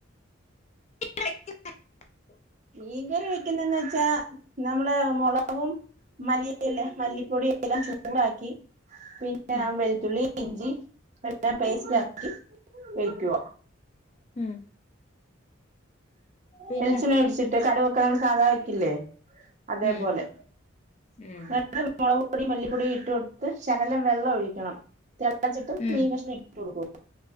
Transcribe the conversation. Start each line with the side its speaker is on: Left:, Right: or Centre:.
Left: <unintelligible>
Right: മീൻകറി വെക്കുന്നേന്ന് വെച്ചാ നമ്മള് മുളകും മല്ലി ല്ലെ മല്ലിപ്പൊടി എല്ലാം ചൂടാക്കി പിന്നെ <unintelligible>
Left: ഉം
Right: വെള്ത്തുള്ളി ഇഞ്ചി എല്ലാം പേസ്റ്റ്
Left: ഉം
Right: ആക്കി വെയ്ക്കുവ.
Left: ഉം പിന്നെ
Right: വെളിച്ചെണ്ണ ഒഴിച്ച് കടവൊക്കെ സാധാ വെക്കില്ലേ അതേപോലെ
Left: ഉം ഉം
Right: <unintelligible> പൊടി മല്ലിപ്പൊടി ഇട്ട് കൊടുത്ത് ശകലം വെള്ളം ഒഴിക്കണം തി ളച്ചിട്ട്
Left: ഉം
Right: മീൻ കഷ്ണം ഇ ട്ടുകൊടുക്കുക.